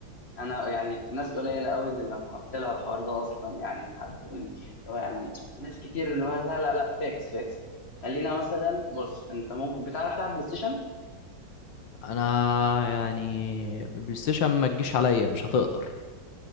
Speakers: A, on the left; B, on the left.
A: انا يعني ناس قليله قوي اللي لما قلت لها الحوار ده اصلا يعني حبوني هو يعني ناس كتير اللي هو لا لا لا فاكس فاكس خلينا مثلا بص انت ممكن بتعرف تلعب بلاي ستيشن
B: انا يعني بلاي ستيشن ما تجيش عليا مش هتقدر